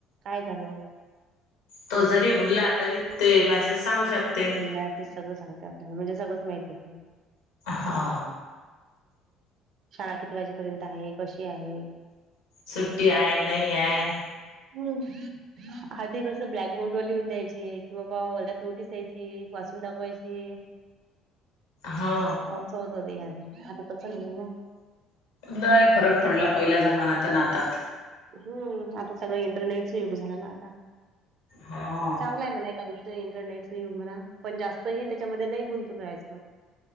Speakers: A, on the right (about 55°); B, on the left (about 75°).
A: काय झालं.
B: तो जरी भुलला तरी ते मेसेज सांगू शकते.
A: मॅसेज सगळ सांगतात. म्हणजे सगळच माहित होते.
B: हा.
A: शाळा किती वाजेपर्यंत आहे कशी आहे.
B: सुुट्टी आहे नाही आहे.
A: हम्. आधी कसं ब्लॅकबोर्ड व लिहून द्यायचे किंवा बा वर्गात नोटीस या्यायची वाचून दाखवायची.
B: हा.
A: होत होते या आधी आता कसं नाही.
B: दाय फरक पडला पहिल्या जमान्यात नातात.
A: हम्म आता सगळं इंटरनेटच युग झाला ना आता
B: हा.
A: चांगला आहे म्हणा. एका दृष्टीने इंटरनेटच युग म्हणा पण जास्त ह त्याच्यामध्ये नाही गुंतून राहायचं मग